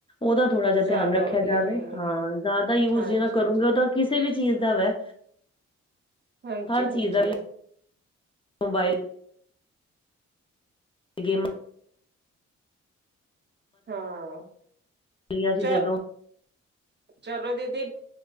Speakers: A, on the left; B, on the right.
A: ਔਦਾ ਥੋੜ੍ਹਾ ਜਾ ਤਿਆਨ
B: ਜ਼ਿਆਦਾ
A: ਰੱਖਿਆ
B: ਵਧੀਆ
A: ਜਾਵੇ
B: ਹਮ
A: ਹਾਂ
B: ਹਮ
A: ਜਾਦਾ ਯੂਜ
B: ਹਾਂਜੀ
A: ਜਿਨਾ
B: ਹਾਂਜੀ
A: ਕਰੂੰਗੇ ਔ ਤਾਂ ਕਿਸੇ ਵੀ ਚੀਜ਼ ਦਾ ਵੈ
B: ਹਾਂਜੀ-ਹਾਂਜੀ।
A: ਹਰ ਚੀਜ਼ ਦਾ ਮੋਬਾਈਲ ਗੇਮਅ-
B: ਹਾਂ,
A: ਚੱਲੀਆਂ ਸੀ
B: ਚ
A: ਜਦੋਂ
B: ਚਲੋ ਦੀਦੀ,